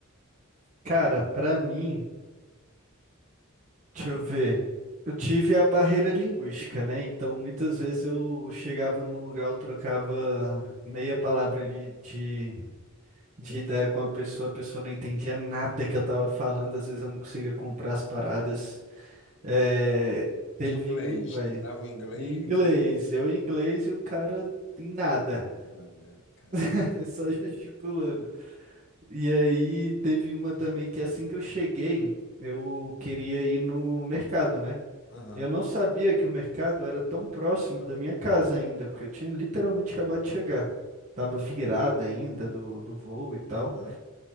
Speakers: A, on the right (about 35°); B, on the left (about 60°).
A: cara, pra mim, deixa eu ver. Eu tive a barreira linguística, né? Então, muitas vezes eu chegava num lugar, eu trocava meia palavra ali de, de ideia com a pessoa, a pessoa não entendia nada que eu tava falando, às vezes eu não conseguia comprar as paradas. É, teve
B: Inglês,
A: um, velho,
B: tentava o inglês
A: em inglês,
B: e
A: eu em inglês e o cara em nada.
B: nada, cara.
A: <laughs> Só gesticulando. E aí teve uma também que assim que eu cheguei, eu queria ir no mercado, né?
B: Aham,
A: Eu não sabia que o mercado era tão próximo da minha casa ainda, porque eu tinha literalmente acabado de chegar. Tava virada ainda do, do voo e tal.
B: aham.